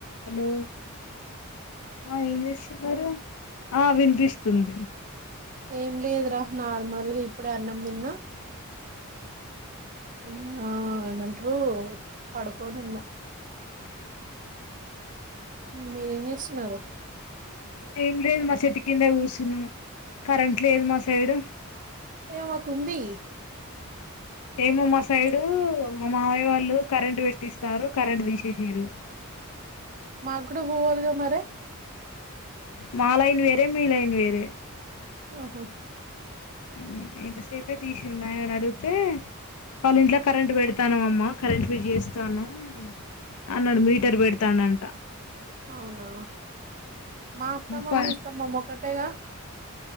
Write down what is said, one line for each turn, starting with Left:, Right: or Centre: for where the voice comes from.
Left: హలో ఆ ఏం చేస్తున్నారు ఆ వినిపిస్తుంది
Right: ఏం లేదురా నార్మల్గా ఇప్పుడె అన్నం తిన్న <unintelligible> ఆ ఏమంటరు పడుకోని ఉన్నా మీరేం చేస్తున్నారు
Left: ఏం లేదు మా చెట్టు కింద కూర్చున్నం కరెంట్ లేదు మా సైడు
Right: ఏమాకు ఉంది
Left: ఏమో మా సైడు మా మావయ్య వాళ్ళు కరెంట్ పెట్టిస్తారు కరెంట్ తీసేసిరు
Right: మాక్కూడా పోవాలగా మరే
Left: మాలైన్ వేరే మీలైన్ వేరే
Right: ఓహో
Left: మ్ ఎంతసేప్ చెప్పే తీసిండు ఆయనను అడిగితే వాళ్ళింట్లొ కరంట్ పెడి తానం అమ్మ కరెంట్ ఫిట్ చేస్తానం అన్నాడు మీటర్ పెడతనంట
Right: అవునా మా స్థంభం
Left: ప
Right: మీ స్థంభం ఒకటేగా